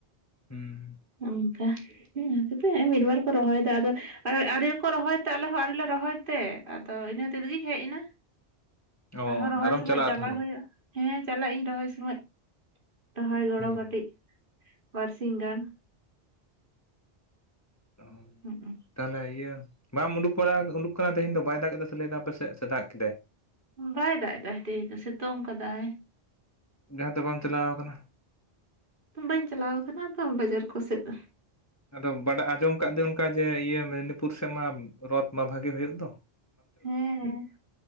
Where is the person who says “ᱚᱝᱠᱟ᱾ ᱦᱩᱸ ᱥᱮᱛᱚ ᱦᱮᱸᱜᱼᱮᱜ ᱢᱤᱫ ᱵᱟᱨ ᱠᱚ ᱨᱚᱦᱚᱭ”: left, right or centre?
Right